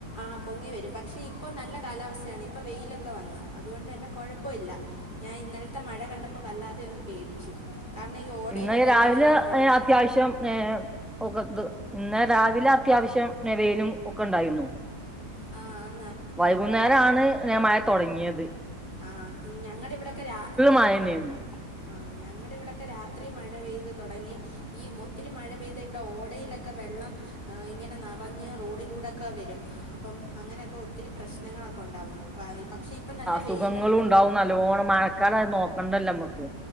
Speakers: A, on the left; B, in the centre.
A: ആ പൊങ്ങി വരും പക്ഷെ ഇപ്പൊ നല്ല കാലാവസ്ഥയാണ് ഇപ്പൊ വെയിലൊക്കെ വന്നു അതുകൊണ്ട് തന്നെ കുഴപ്പോവില്ല ഞാൻ ഇന്നലത്തെ മഴ കണ്ടപ്പോ വല്ലാതെ ഒന്ന് പേടിച്ചു കാരണം ഈ ഓടയിലെ
B: ഇന്ന്ലെ
A: വെള്ളമെല്ലാം
B: രാവിലെ
A: വരും
B: അത്യാവശ്യം ഏർ ഒ ഇ ഇന്ന രാവിലെ അത്യാവശ്യം നവയിലും ഒക്കെ ഒണ്ടായിരുന്നു
A: ആ ആ
B: വൈകുന്നേരം ആണ് ന. മഴ തൊടങ്ങിയ ത്
A: ആ ഞങ്ങടെ ഇവിടെക്കെ രാത്രി
B: മഴന്നേന്നു
A: ആ ഞങ്ങടെ ഇവിടെക്കെ രാത്രി മഴ പെയ്ത് തൊടങ്ങി ഈ മൊത്തിരി മഴ പെയ്താ ഇവിടെ ഓടയിലൊക്കെ വെള്ളം ഇങ്ങനെ നറഞ്ഞ് റോഡിലൂടെക്ക വരും അപ്പം അങ്ങനെക്ക ഒത്തിരി പ്രശ്നങ്ങളെക്ക ഒണ്ടാകും പ പക്ഷെ ഇപ്പൊ നല്ല
B: സുഖങ്ങളും
A: വെയിലാണ്
B: ഉണ്ടാവും നല്ലോണം മഴക്കാല നോക്കണ്ടല്ലോ നമുക്ക്